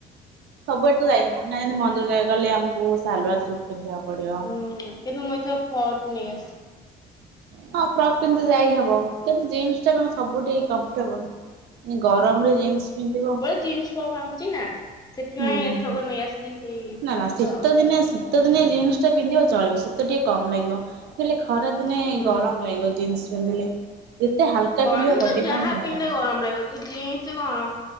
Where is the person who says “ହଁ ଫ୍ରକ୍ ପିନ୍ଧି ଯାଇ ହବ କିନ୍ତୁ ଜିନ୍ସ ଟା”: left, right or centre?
Right